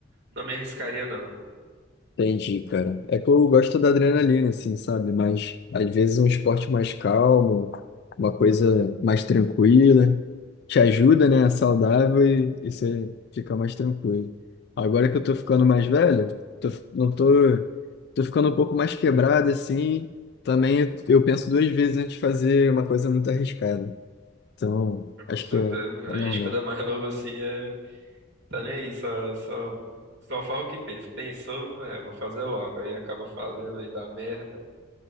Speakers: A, on the right (about 60°); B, on the left (about 55°).
A: não me arriscaria, não.
B: Entendi, cara. É que eu gosto da adrenalina, assim, sabe? Mas às vezes um esporte mais calmo, uma coisa mais tranquila, te ajuda, né? É saudável e, e você fica mais tranquilo. Agora que eu tô ficando mais velho, tô, fi- não tô, tô ficando um pouco mais quebrado, assim. Também eu penso duas vezes antes de fazer uma coisa muito arriscada. Então,
A: Mas Com
B: acho
A: certeza.
B: que é, é
A: A
B: normal.
A: gente, quando é mais novo, assim, é, tá nem aí, só, só, só faz o que pensa. Pensou, é, vou fazer logo. Aí acaba fazendo, aí dá merda.